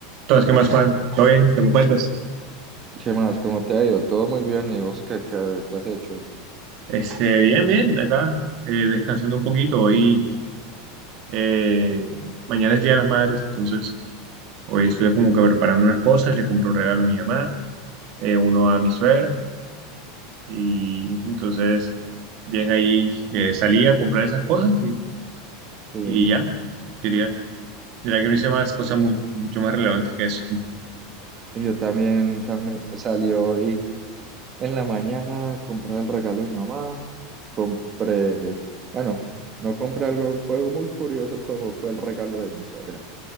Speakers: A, on the right; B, on the right.
A: Entonces, ¿qué más, Juan? ¿Todo bien? ¿Qué me cuentas?
B: ¿Qué más? ¿Cómo te ha ido? Todo muy bien. ¿Y vos qué, qué, qué has hecho?
A: Este, bien, bien, acá, eh, descansando un poquito. Hoy, eh, mañana es Día de las Madres, entonces hoy estoy como que preparando unas cosas, le compro un regalo a mi mamá, eh, uno a mi suegra, y entonces, bien ahí, eh, salí a comprar esas cosas y,
B: Sí.
A: y ya, diría, diría que no hice más cosas
B: Y,
A: mu- mucho más relevantes que eso. <laughs>
B: y yo también, también salí hoy en la mañana a comprar el regalo de mi mamá. Compré, bueno, no compré algo. Fue muy curioso cómo fue el regalo de mi suegra.